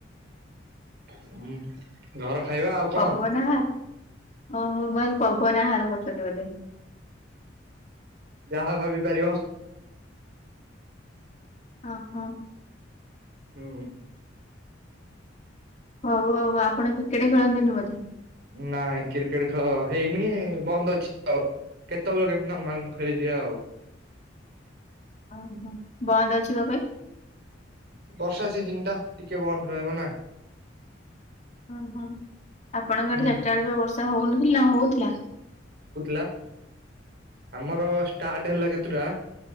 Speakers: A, on the right; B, on the left.
A: ହୁଁ ଘର ଖାଇବା ଆଉ କଣ
B: ପବନ ଆହାର ଓହୋ ମୁଁ ଭାବିଲି ପବନ ଆହାର କରୁଛନ୍ତି ବୋଧେ। <inaudible>
A: ଯାହା ଭାବି ପାରିବ।
B: ଅହଁ।
A: ହୁଁ।
B: ହୋଉ ଆଉ ଆପଣ କ୍ରିକେଟ ଖେଳନ୍ତିନି ବୋଧେ?
A: ନାଇଁ କ୍ରିକେଟ ଖେଳ ହେଇନି ବନ୍ଦ ଅଛି ଆଉ। କେତୋବେଳେ କେମିତି ନର୍ମାଲ୍ ମୁଁ ଖେଳିଦିଏ ଆଉ।
B: ଅହଁ ବନ୍ଦ ଅଛି କଁ ପାଇଁ।
A: ବର୍ଷା ସିଜିନ ଟା ଟିକେ ବନ୍ଦ ରହିବ ନା।
B: ଅହଁ ଆପଣଙ୍କ ଆଡେ
A: ହୁଁ
B: ଚାର୍ଟା ବେଳେ ପା ବର୍ଷା ହୋଉନଥିଲା ନା ହୋଉଥୁଲା।
A: ଲା ଆମର ଷ୍ଟାର୍ଟ ହେଲା କେତୁଟା।